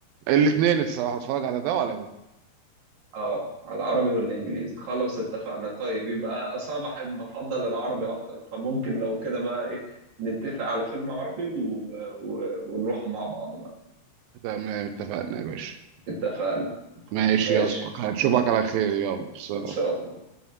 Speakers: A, on the right; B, on the right.
A: الاثنين الصراحه اتفرج على ده وعلى ده
B: اه على العربي والانجليزي خلاص اتفقنا طيب يبقى اصلا بحب بفضل العربي اكتر فممكن لو كده بقى ايه نتفق على فيلم عربي و... و... ونروح مع بعض بقى
A: تمام اتفقنا يا باشا
B: اتفقنا
A: ماشي
B: ماشي
A: يا اسطى هنشوفك على خير يلا سلام
B: ان شاء الله